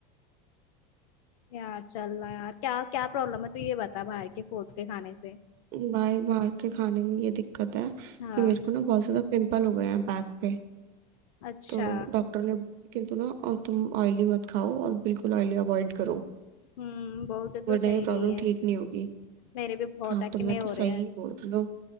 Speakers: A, on the left (about 60°); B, on the right (about 45°).
A: यार चल रहा यार क्या क्या प्रॉब्लम है तू ये बता बाहर के फूड के खाने से
B: भाई बाहर के खाने में ये दिक्कत है कि
A: हाँ
B: मेरे को ना बहुत ज्यादा पिंपल हो गए हैं बैक पे
A: अच्छा
B: तो डॉक्टर ने बोला कि तुम ना और तुम ऑयली मत खाओ और बिल्कुल ऑयली अवॉइड करो
A: हम्म बोलते
B: वरना
A: तो सही
B: ये प्रॉब्लम
A: रही है
B: ठीक नहीं होगी
A: मेरे भी बहुत
B: हाँ
A: एक्ने
B: तो मैं
A: हो
B: तो सही
A: रहे हैं
B: ही बोल रही हूँ